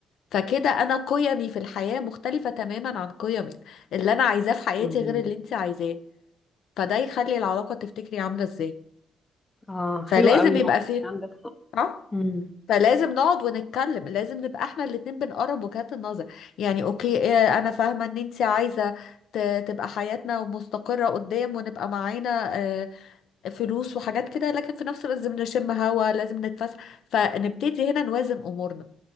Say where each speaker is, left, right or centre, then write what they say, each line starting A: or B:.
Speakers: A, on the left; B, on the left.
A: فكده انا قيمي في الحياة مختلفة تماما عن قيمك اللي انا عايزاه في حياتي
B: مم.
A: غير اللي انت عايزاه فده يخلي العلاقة تفتكري عاملة ازاي
B: آه
A: فلازم
B: حلوة قوي النقطة
A: يبقى فيه
B: دي، عندك حق
A: ها
B: مم.
A: فلازم نقعد ونتكلم لازم نبقى احنا الاتنين بنقرب وجهات النظر يعني اوكي اه، انا فاهمة ان انت عايزة ت- تبقى حياتنا مستقرة قدام ونبقى معانا اه، فلوس وحاجات كده لكن في نفس الوقت لازم نشم هوا لازم نتفسح فنبتدي هنا نوازن امورنا